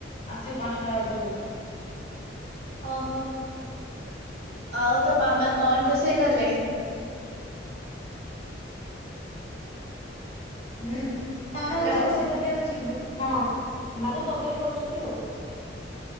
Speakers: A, on the left; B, on the right.
A: ଆସିବ ପାଞ୍ଚଟା ବାଜିଯିବ ତ
B: ଓହୋ। ଆଉ ତୋ ମାମା କଣ ରୋଷେଇ କଲେ?
A: ହୁଁ,
B: ହ୍ୟାଲୋ
A: ମାମା ହଉଛି ରୋଷେଇ କରିଲେ ହଉଛି ହଁ ଭାତ, ତରକାରୀ କରୁଛନ୍ତି ଆଉ।